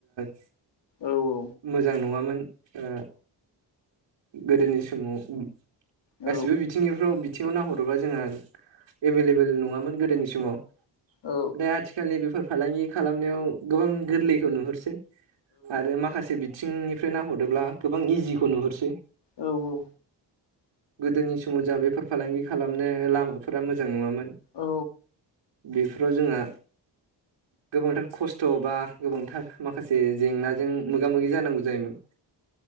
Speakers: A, on the right; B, on the left.
A: <unintelligible>
B: औ औ।
A: मोजां नङामोन ओ गोदोनि समाव
B: औ
A: गासिबो बि बिथिंफ्राव बिथिङाव नाहरोबा जोंहा एभेलेबल नङामोन गोदोनि समाव
B: औ
A: दा आथिखालनि बेफार फालांगि खालामनायाव गोबां गोरलैखौ नुहरसै। आरो माखासे बिथिंनिफ्राय नाहरोब्ला गोबां इजिखौ नुहरसै।
B: औ औ।
A: गोदोनि समाव जाहा बेफोर फालांगि खालामनो लामाफोरा मोजां नङामोन।
B: औ
A: बेफोराव जोंङा गोबांथार खस्थ' बा गोबांथार माखासे जेंनाजों मोगा मोगि जानांगौ जायोमोन